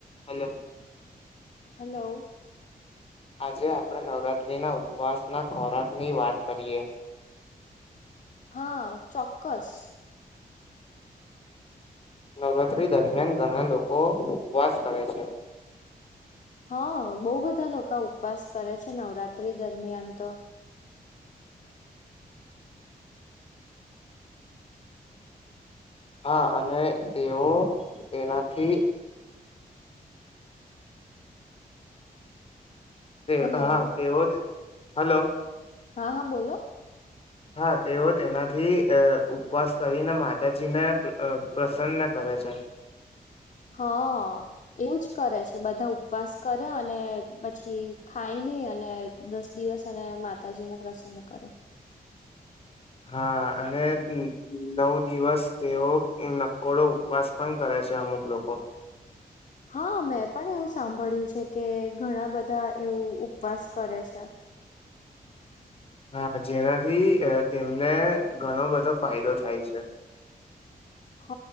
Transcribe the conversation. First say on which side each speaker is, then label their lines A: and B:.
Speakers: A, on the left (about 40°); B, on the left (about 55°).
A: Hello
B: hello
A: આજે આપણે નવરાત્રી ના ઉપવાસ ના ખોરાક ની વાત કરીએ
B: હા ચોક્કસ
A: નવરાત્રી દરમિયાન ઘણા લોકો ઉપવાસ કરે છે
B: હા બહુ બધા લોકો ઉપવાસ કરે છે નવરાત્રી દરમિયાન તો
A: હા અને તેઓ તેનાથી. તે
B: હલો
A: હા તેવો હલો
B: હા હા બોલો
A: હા તેઓ તેનાથી ઉપવાસ કરીને માતાજીને પ્રસન્ન કરે સાછ
B: હા એવું જ કરે છે બધા ઉપવાસ કરે અને પછી ખાઈને નઈ અને દસ દિવસ અને માતાજીને પ્રસન્ન કરે
A: હા અને નવ દિવસ તેઓ નકોડો ઉપવાસ પણ કરે છે અમુક લોકો
B: હા મેં પણ એવું સાંભળ્યું છે કે ઘણા બધા એવું ઉપવાસ કરે છે
A: હા જેનાથી તેમને ઘણો બધો ફાયદો થાય છે
B: હ